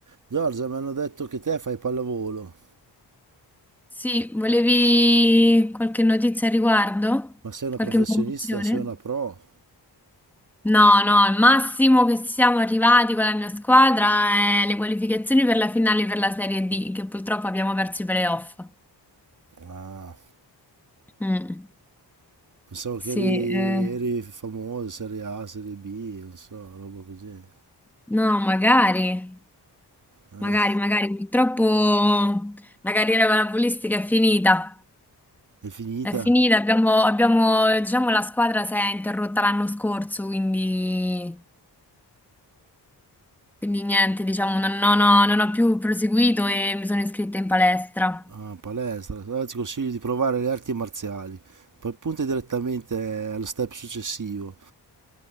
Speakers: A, on the right; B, in the centre.
A: Giorgia, mi hanno detto che te fai pallavolo,
B: Sì, volevi qualche notizia a riguardo?
A: ma sei una
B: Qualche
A: professionista,
B: informazione?
A: sei una pro.
B: No, no, il massimo che siamo arrivati con la mia squadra è le qualificazioni per la finale per la Serie D, che purtroppo abbiamo perso i playoff.
A: Ah,
B: Mm,
A: pensavo che
B: sì,
A: eri,
B: eh,
A: eri famoso, serie A, serie B, non so, roba così.
B: no, magari,
A: Eh,
B: magari, magari, purtroppo la carriera palavolistica è finita,
A: È finita?
B: è finita, abbiamo, abbiamo, diciamo, la squadra si è interrotta l'anno scorso, quindi... Quindi niente, diciamo, non, non ho, non ho più proseguito e mi sono iscritta in palestra.
A: Ah, palestra. Allora ti consiglio di provare le arti marziali. Poi punta direttamente allo step successivo.